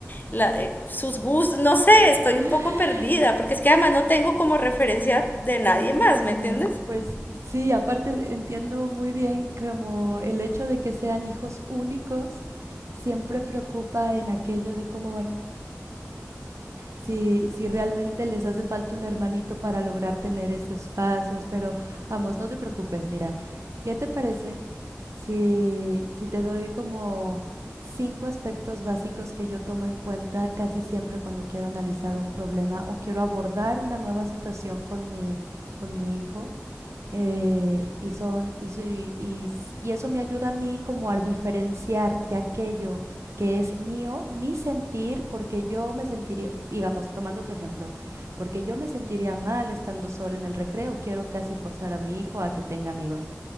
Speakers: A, on the left; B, on the right.
A: la, eh, sus gustos, no sé, estoy
B: <laughs>
A: un poco perdida, porque es que además no tengo como referencia de nadie más,
B: No,
A: ¿me entiendes?
B: pues sí, aparte entiendo muy bien como el hecho de que sean hijos únicos siempre preocupa en aquello de cómo van, si, si realmente les hace falta un hermanito para lograr tener esos pasos, pero vamos, no te preocupes, mira, ¿qué te parece si, si te doy como cinco aspectos básicos que yo tomo en cuenta casi siempre cuando quiero analizar un problema o quiero abordar una nueva situación con mi, con mi hijo? eh, y, son, y, so- y- y eso me ayuda a mí como a diferenciar de aquello que es mío, mi sentir, porque yo me sentiría, digamos, tomando tu ejemplo, porque yo me sentiría mal estando sola en el recreo, quiero casi forzar a mi hijo a que tenga amigos.